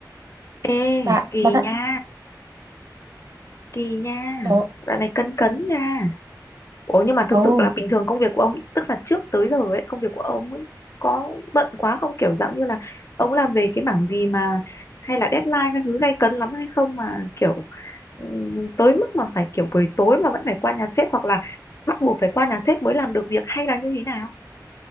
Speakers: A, on the left; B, on the right.
A: ê
B: bà
A: kỳ
B: bà thấy
A: nha kỳ nha
B: tôi
A: dạo này cấn cấn nha Ủa nhưng mà thực
B: ừ
A: sự là bình thường công việc của ông ấy, tức là trước tới giờ ấy công việc của ông ấy có bận quá không kiểu dạng như là ông làm về cái mảng gì mà hay là deadline các thứ gay cấn lắm hay không mà kiểu ừ, tới mức mà phải kiểu buổi tối mà vẫn phải qua nhà sếp hoặc là bắt buộc phải qua nhà sếp mới làm được việc hay là như thế nào